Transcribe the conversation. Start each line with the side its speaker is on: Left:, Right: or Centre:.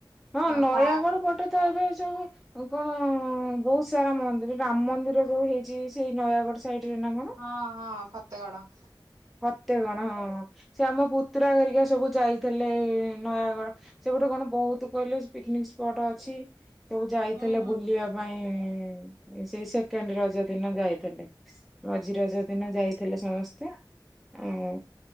Centre: ହଁ
Right: ଆଉ
Centre: ନୟାଗଡ
Right: ପାର୍କ
Centre: ପଟେ ତ ଏବେ ସବୁ କ ହଁ ବହୁତ ସାରା ମନ୍ଦିର ରାମ ମନ୍ଦିର ଯୋଉ ହେଇଚି ସେଇ ନୟାଗଡ। ସାଇଡରେ ନା କଣ?
Right: ହଁ ହଁ ଫତେଗଡ଼।
Centre: ଫତେଗଣ ହଁ ସେ ଆମ ପୁତୁରା ଘରିକା ସବୁ ଯାଇଥିଲେ। ନୟାଗଡ଼ ସେପଟେ କଣ ବହୁତ କହିଲେ। ପିକ୍ନିକ୍ ସ୍ପଟ ଅଛି। ସବୁ ଯାଇଥିଲେ
Right: ହୁଁ
Centre: ବୁଲିବା ପାଇଁ। ସେଇ ସେକେଣ୍ଡ ରଜ ଦିନ ଯାଇଥିଲେ। ମଝି ରଜ ଦିନ ଯାଇଥିଲେ ସମସ୍ତେ। ଓ